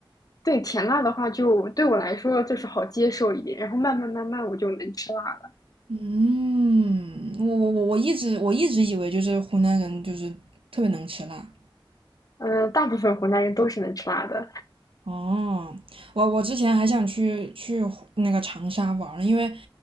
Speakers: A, on the left; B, on the right.
A: 对甜辣的话就，对我来说就是好接受一点，然后慢慢慢慢我就能吃辣了。
B: 嗯，我我我我一直我一直以为就是湖南人就是特别能吃辣
A: 嗯，大部分湖南人都是能吃辣的。
B: 哦，我我之前还想去去湖那个长沙玩儿呢因为